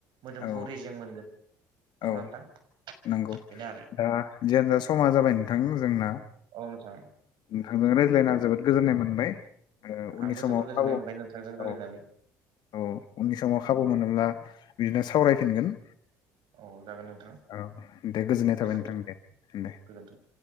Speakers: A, on the right; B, on the left.
A: मोदोमखौ
B: औ
A: रेजें मोनगोन। नंगौना
B: औ
A: नोंथां
B: नंगौ
A: बेनो आरो
B: दा जियानोजा समा जाबाय नोंथां जोंना।
A: औ नोंथां।
B: नोंथांजों रायज्लायना जोबोद गोजोननाय मोनबाय। ओ उननि
A: आंबो
B: समाव
A: जोबोर गोजोननाय
B: खाबु
A: मोनबाय नोंथांजों रायज्लायनानै।
B: औ औ उननि समाव खाबु मोनोब्ला बिदिनो सावरायफिनगोन।
A: औ जागोन नोंथाङा
B: औ दे गोजोननाय थाबाय
A: गोजोनथों
B: नोंथां दे दे
A: गोजोनथों।